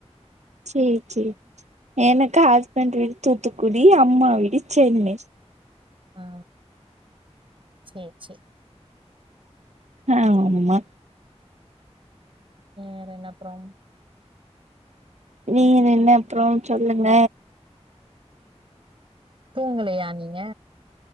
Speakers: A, on the right; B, on the right.
A: சேரி சேரி எனக்கு ஹஸ்பண்ட் வீடு தூத்துக்குடி அம்மா வீடு சென்னை
B: ஆ சேரி சேரி
A: ஆமா
B: வேற என்ன அப்பறோ
A: வேற என்ன அப்பறோ சொல்லுங்க
B: தூங்கலையா நீங்க